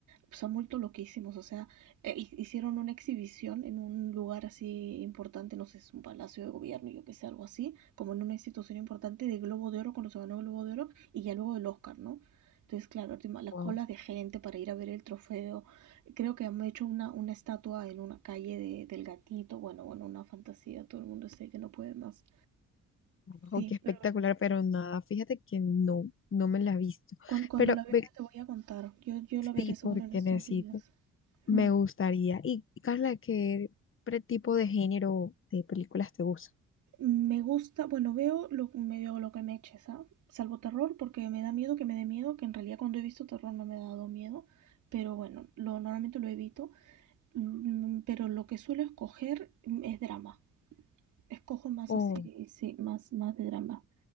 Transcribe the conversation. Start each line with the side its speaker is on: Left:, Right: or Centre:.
Right: pues han vuelto loquísimos. O sea, eh, hi- hicieron una exhibición en un lugar así importante, no sé, es un palacio de gobierno, yo que sé, algo así, como en una institución importante de Globo de Oro, cuando se ganó el Globo de Oro y ya luego del Oscar, ¿no? Entonces, claro, encima las
Left: Wow,
Right: colas de gente para ir a ver el trofeo. Creo que han hecho una, una estatua en una calle de- del gatito. Bueno, bueno, una fantasía. Todo el mundo sé que no puede más.
Left: wow,
Right: Sí,
Left: qué espectacular,
Right: pero, pero
Left: pero nada, fíjate que no, no me la he visto.
Right: cuan- cuando,
Left: Pero
Right: la vea
Left: ve-
Right: te voy a contar. Yo, yo la veré
Left: sí,
Right: seguro
Left: porque
Right: en estos
Left: necesito.
Right: días.
Left: Me
Right: Mm.
Left: gustaría. Y Carla, ¿qué pre- tipo de género de películas te gusta?
Right: Me gusta, bueno, veo lo, medio lo que me eches, ¿ah? Salvo terror, porque me da miedo que me dé miedo, que en realidad cuando he visto terror no me ha dado miedo, pero bueno, lo, normalmente lo evito. Mm, mm, Pero lo que suelo escoger mm, es drama. Escojo más
Left: O
Right: así, sí, más, más de drama.